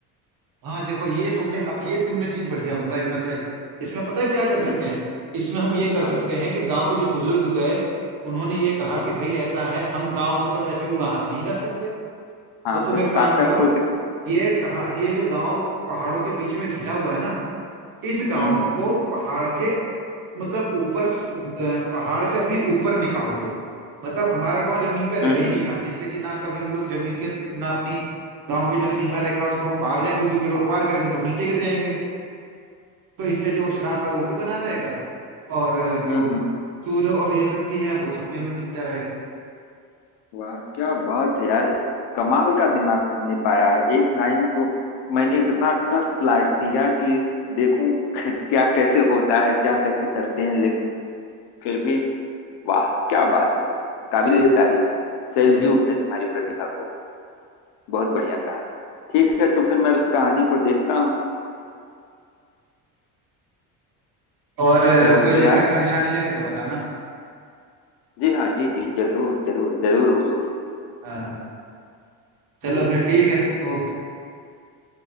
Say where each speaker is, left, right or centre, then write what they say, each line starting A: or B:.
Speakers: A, on the right; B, on the left.
A: हाँ देखो ये तुमने अब ये तुमने चीज बढ़िया बताई बताई इसमें पता है क्या कर सकते
B: हम्म,
A: हैं इसमें हम ये कर
B: हाँ
A: सकते हैं कि गांव के जो बुजुर्ग गए उन्होंने ये कहा कि
B: हाँ
A: भाई ऐसा है हम गांव से तो वैसे भी बाहर नहीं जा सकते
B: हाँ,
A: तो तुम
B: कुछ
A: एक काम
B: ताकत
A: करो
B: हो जैसे
A: ये कहा ये जो गांव पहाड़ों के बीच में घिरा हुआ है ना इस गांव
B: हम्म हम्म
A: को पहाड़ के मतलब ऊपर अ, पहाड़ से अभी ऊपर निकाल दो मतलब हमारा गांव जमीन पे रहे
B: हम्म
A: ही ना जिससे कि ना कभी हम लोग जमीन के ना अपनी गांव की जो सीमा रेखा है उसको हम पार जाएंगे क्योंकि अगर वो पार करेंगे तो हम नीचे गिर जाएंगे तो इससे जो श्राप है वो भी बना रहेगा और अ, जो
B: हम्म हम्म
A: सूर्य और ये सब की है वो सब भी हमें मिलता रहेगा
B: वाह क्या बात है यार कमाल का दिमाग तुमने पाया है एक लाइन को मैंने इतना टफ प्लाट दिया कि देखूं <laughs> क्या कैसे होता है क्या कैसे करते हैं लेकिन फिर भी वाह क्या बात है ए तारीफ सैल्यूट है तुम्हारी प्रतिभा को बहुत बढ़िया कहानी ठीक है तो फिर मैं इस कहानी को देखता हूँ
A: और अ,
B: तब
A: कोई
B: तैयार
A: दिक्कत परेशानी लगे तो बताना
B: जी हाँ जी जी जरूर जरूर जरूर हुजूर
A: हाँ चलो
B: जी
A: फिर ठीक है ओके